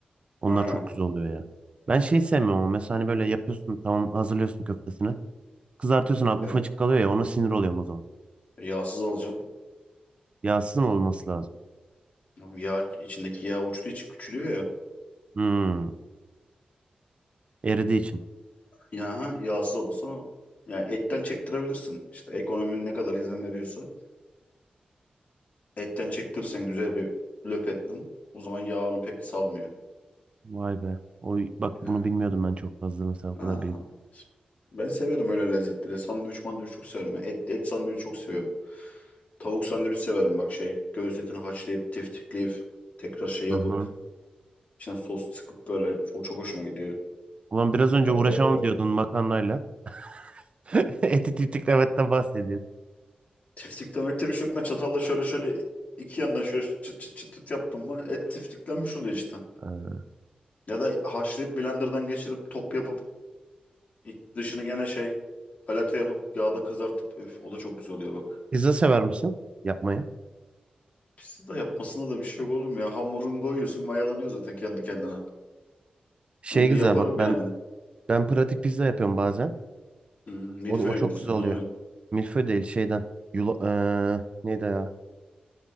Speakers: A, on the right; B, on the left.
A: Onlar
B: Ha
A: çok güzel oluyor ya. Ben şey sevmiyorum ama mesela hani böyle yapıyorsun tamam hazırlıyorsun köftesini. Kızartıyorsun abi
B: evet.
A: ufacık kalıyor ya ona sinir oluyorum o zaman.
B: Yağsız alacaksın.
A: Yağsız mı olması lazım?
B: Yağ içindeki yağ uçtuğu için küçülüyor ya.
A: Hmm, eridiği için.
B: Ya ha, yağsız olursa yani etten çektirebilirsin. İşte ekonominin ne kadar izin veriyorsa. Etten çektirirsen güzel bir löpetten o zaman yağını pek salmıyor.
A: Vay be. Oy, bak bunu
B: Yani,
A: bilmiyordum ben çok fazla mesela o kadar
B: ha.
A: bilgi.
B: Ben severim öyle lezzetleri. Sandviç mandviç çok severim. ya. Et, et sandviç çok seviyorum. Tavuk sandviç severim bak şey. Göğüs etini haşlayıp tiftikleyip tekrar şey yapıp
A: Hı hı.
B: içine sos sıkıp böyle. O çok hoşuma gidiyor.
A: Ulan biraz önce
B: Arada
A: uğraşamam
B: yaparım.
A: diyordun makarnayla. <laughs> Eti tiftik Levent'ten bahsediyordun.
B: Tiftiklemekte bir şey yok. ne Çatalla şöyle şöyle iki yandan şöyle çıt çıt çıt çıt yaptım mı et tiftiklenmiş oluyor işte.
A: Ee,
B: Ya da haşlayıp blenderdan geçirip top yapıp İç dışını gene şey galeta yapıp yağda kızartıp üf, o da çok güzel oluyor bak.
A: pizza sever misin yapmayı?
B: Pizza da yapmasında da bir şey yok oğlum ya. Hamurun koyuyorsun mayalanıyor zaten kendi kendine.
A: Şey
B: Onu
A: güzel
B: da yaparım
A: bak ben
B: yani.
A: Ben pratik pizza yapıyorum bazen.
B: Hmm, milföy
A: O da o çok
B: mü diziyorsun?
A: güzel oluyor.
B: Ne yapıyorsun?
A: Milföy değil şeyden. Yula, eee, neydi ya?